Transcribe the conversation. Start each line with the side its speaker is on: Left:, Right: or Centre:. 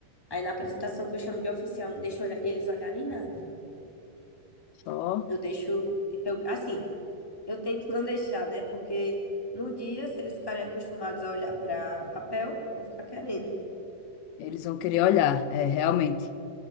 Centre: Aí na apresentação que eu chamo de oficial, não deixo olha- eles olharem nada.
Left: Só
Centre: Eu deixo, eu, assim, eu tento não deixar, né? Porque no dia, se eles ficarem acostumados a olhar para papel, vão ficar querendo.
Left: eles vão querer olhar, é, realmente.